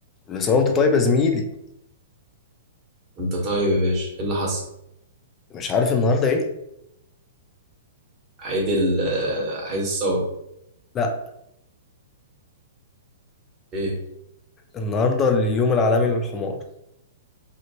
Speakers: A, on the left; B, on the right.
A: بس هو انت طيب يا زميلي
B: انت طيب يا باشا ايه اللي حصل
A: مش عارف النهارده ايه
B: عيد ال آه، عيد الثورة
A: لا
B: ايه
A: النهارده اليوم العالمي للحمار